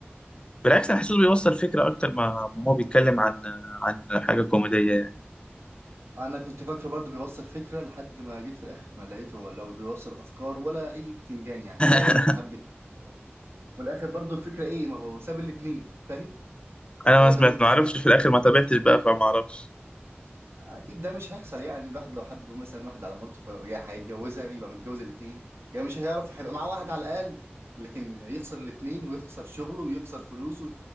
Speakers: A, on the left (about 25°); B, on the right (about 85°).
A: بالعكس انا حاسس بيوصل فكره اكتر ما ما هو بيتكلم عن عن حاجه كوميديه يعني
B: انا كنت فاكره برضه بيوصل فكره لحد ما جيت في الاخر ما لقيته هو لو بيوصل افكار ولا اي بتنجان يعني
A: <laughs>
B: هو واحد حب اتنين وفي الاخر برضه الفكره ايه ما هو ساب الاتنين فاهم طب
A: انا
B: هو
A: ما سمعت
B: ده مش
A: ما اعرفش
B: ه...
A: في الاخر ما تابعتش بقى فما اعرفش
B: اكيد ده مش هيحصل يعني الواحد لو حب مثلا واحد على مرته ف... يا هيتجوزها يبقى متجوز الاتنين يا مش هيعرف هيبقى معاه واحد على الاقل لكن يخسر الاتنين ويخسر شغله ويخسر فلوسه